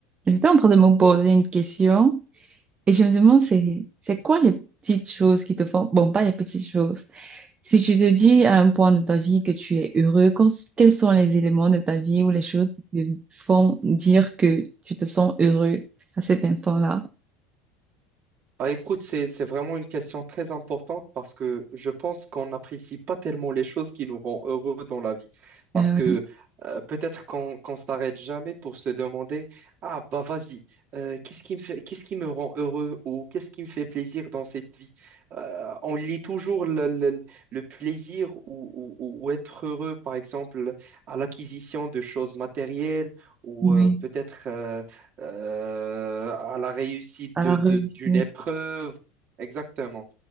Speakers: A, on the right (about 30°); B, on the right (about 50°).
A: J'étais en train de me poser une question et je me demande c'est
B: Ouais.
A: c'est quoi les petites choses qui te font bon pas les petites choses si tu te dis à un point de ta vie que tu es heureux qu'en- quels sont les éléments de ta vie ou les choses qui te font dire que tu te sens heureux à cet instant-là
B: Bah, écoute, c'est, c'est vraiment une question très importante parce que je pense qu'on n'apprécie pas tellement les choses qui nous rendent heureux dans la vie. Parce
A: euh,
B: que euh, peut-être qu'on qu'on s'arrête jamais pour se demander, ah bah vas-y, euh, qu'est-ce qui me fait, qu'est-ce qui me rend heureux ou qu'est-ce qui me fait plaisir dans cette vie? Euh, on lit toujours le, le- le plaisir ou, ou- ou ou être heureux, par exemple, à l'acquisition de choses matérielles ou
A: oui oui,
B: euh, peut-être euh, euh, à la réussite
A: à
B: de,
A: la réussite
B: de- d'une épreuve. Exactement.